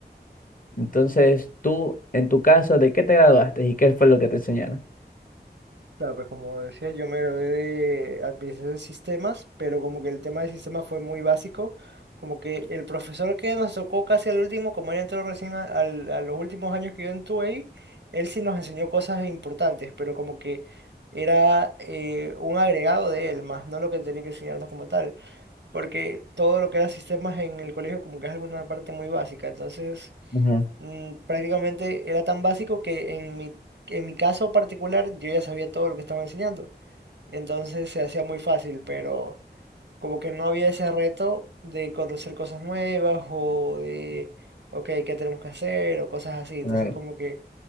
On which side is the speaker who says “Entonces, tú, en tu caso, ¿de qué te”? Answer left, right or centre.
Left